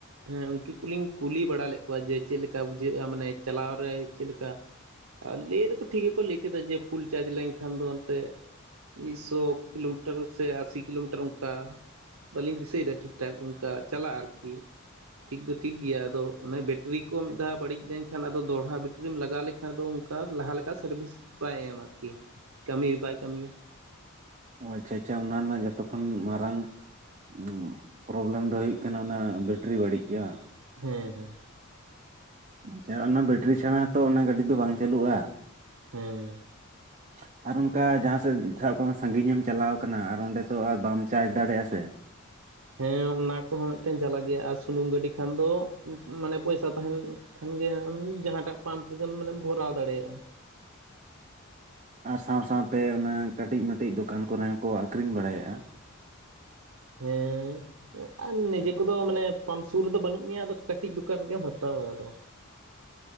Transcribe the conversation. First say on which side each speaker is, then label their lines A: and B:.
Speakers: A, on the right; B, on the right.
A: ᱦᱮᱸ ᱩᱱᱠᱤᱱ ᱠᱩᱞᱤᱧ ᱠᱩᱞᱤ ᱵᱟᱲᱟ ᱞᱮᱜ ᱠᱚᱣᱟ, ᱡᱮ ᱪᱮᱫ ᱞᱮᱠᱟ ᱵᱩᱡᱷᱟᱹᱜᱼᱟ ᱢᱟᱱᱮ ᱪᱟᱞᱟᱣ ᱨᱮ ᱪᱮᱫ ᱞᱮᱠᱟ ᱟᱨ ᱞᱟᱹᱭ ᱫᱚᱠᱚ ᱴᱷᱤᱠ ᱜᱮᱠᱚ ᱞᱟᱹᱭ ᱠᱮᱫᱟ, ᱡᱮ ᱯᱷᱩᱞ ᱪᱟᱨᱡᱽ ᱞᱮᱱᱠᱷᱟᱱ ᱫᱚ ᱚᱱᱛᱮ ᱢᱤᱫᱥᱚ ᱠᱤᱞᱳᱢᱤᱴᱟᱨ ᱥᱮ ᱟᱥᱤ ᱠᱤᱞᱳᱢᱤᱴᱟᱨ ᱚᱱᱠᱟ, ᱵᱟᱹᱞᱤᱧ ᱫᱤᱥᱟᱹᱭ ᱮᱫᱟ ᱴᱷᱤᱠ ᱴᱷᱟ ᱚᱱᱠᱟ ᱪᱟᱞᱟᱜᱼᱟ ᱟᱨᱠᱤ᱾ ᱴᱷᱤᱠ ᱫᱚ ᱴᱷᱤᱠ ᱜᱮᱭᱟ, ᱟᱫᱚ ᱚᱱᱮ ᱵᱮᱴᱨᱤ ᱠᱚ ᱢᱤᱫ ᱫᱷᱟᱣ ᱵᱟᱹᱲᱤᱡ ᱞᱮᱱᱠᱷᱟᱱ ᱟᱫᱚ ᱫᱚᱲᱦᱟ ᱵᱮᱴᱨᱤᱢ ᱞᱟᱜᱟᱣ ᱞᱮᱠ ᱠᱟ ᱟᱫᱚ ᱚᱱᱠᱟ ᱞᱟᱦᱟ ᱞᱮᱠᱟ ᱥᱟᱨᱵᱷᱤᱥ ᱵᱟᱭ ᱮᱢᱟ ᱟᱨᱠᱤ, ᱠᱟᱹᱢᱤ ᱦᱚᱸ ᱵᱟᱭ ᱠᱟᱹᱢᱤᱭᱟ ᱾
B: ᱚ ᱟᱪᱪᱷᱟ ᱟᱪᱪᱷᱟ ᱚᱱᱟ ᱨᱮᱱᱟᱜ ᱡᱷᱚᱛᱚ ᱠᱷᱚᱱ ᱢᱟᱨᱟᱝ ᱚ ᱯᱨᱚᱵᱞᱮᱢ ᱫᱚ ᱦᱩᱭᱩᱜ ᱠᱟᱱᱟ, ᱚᱱᱟ ᱵᱮᱴᱨᱤ ᱵᱟᱹᱲᱤᱡ ᱜᱮ ᱵᱟᱝ?
A: ᱦᱮᱸ ᱦᱮᱸ᱾
B: ᱟᱪᱪᱷᱟ, ᱚᱱᱟ ᱵᱮᱴᱨᱤ ᱪᱷᱟᱲᱟ ᱦᱚᱸ ᱛᱚ ᱚᱱᱟ ᱜᱟᱹᱰᱤ ᱫᱚ ᱵᱟᱝ ᱪᱟᱹᱞᱩᱜᱼᱟ᱾
A: ᱦᱮᱸ᱾
B: <inaudible> ᱟᱨ ᱚᱱᱠᱟ ᱡᱟᱦᱟᱸ ᱥᱮᱫ ᱥᱟᱵ ᱠᱟᱜ ᱢᱮ ᱥᱟᱜᱤᱧ ᱮᱢ ᱪᱟᱞᱟᱣ ᱟᱠᱟᱱᱟ ᱟᱨ ᱚᱸᱰᱮ ᱛᱚ ᱟᱨ ᱵᱟᱢ ᱪᱟᱨᱡᱽ ᱫᱟᱲᱮᱜᱼᱟ ᱥᱮ᱾
A: ᱦᱮᱸ ᱚᱱᱟ ᱠᱚᱦᱚᱸ ᱢᱤᱫᱴᱮᱱ ᱡᱟᱞᱟ ᱜᱮᱭᱟ ᱟᱨ ᱥᱩᱱᱩᱢ ᱜᱟᱹᱰᱤ ᱠᱷᱟᱱ ᱫᱚ ᱢᱟᱱᱮ ᱯᱚᱭᱥᱟ ᱛᱟᱦᱮᱱ ᱠᱷᱟᱱ ᱜᱮ ᱟᱢ ᱡᱟᱦᱟᱸᱴᱟᱜ ᱯᱟᱢᱯ ᱨᱮᱜᱮᱢ ᱢᱟᱱᱮᱢ ᱵᱷᱚᱨᱟᱣ ᱫᱟᱲᱮᱭᱟᱜᱼᱟ᱾
B: ᱟᱨ ᱥᱟᱶ ᱥᱟᱶᱛᱮ ᱚᱱᱟ ᱠᱟᱹᱴᱤᱡ ᱢᱟᱹᱴᱤᱡ ᱫᱚᱠᱟᱱ ᱠᱚᱨᱮ ᱦᱚᱸᱠᱚ ᱟᱠᱷᱨᱤᱧ ᱵᱟᱲᱟᱭᱮᱜᱼᱟ᱾
A: ᱦᱮᱸ, ᱟᱨ ᱱᱤᱡᱮ ᱠᱚᱫᱚ ᱢᱟᱱᱮ ᱯᱟᱢᱯ ᱥᱩᱨ ᱨᱮᱫᱚ ᱵᱟᱹᱱᱩᱜ ᱢᱮᱭᱟ, ᱟᱫᱚ ᱠᱟᱹᱴᱤᱡ ᱫᱚᱠᱟᱱ ᱨᱮᱜᱮᱢ ᱦᱟᱛᱟᱣᱟ ᱟᱫᱚ ᱾